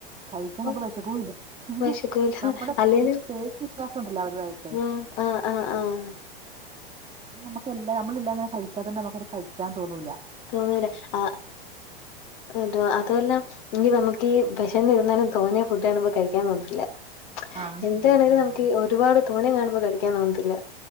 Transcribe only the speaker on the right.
കഴിക്കാൻ
നമുക്ക് വെശക്കൂല്ലാ
നമ്മടെ ഫുഡിൽ
ടേസ്സ് വ്യത്യാസൊണ്ടല്ലോ അവരുവായിട്ട്
അപ്പ നമക്കെല്ലാ നമ്മളില്ലാങ്ങനെ കഴിക്കാതെന്നാ ഞമ്മക്കത് കഴിക്കാൻ തോന്നൂലാ
ആഹ്
ശരിയാ ആഹ്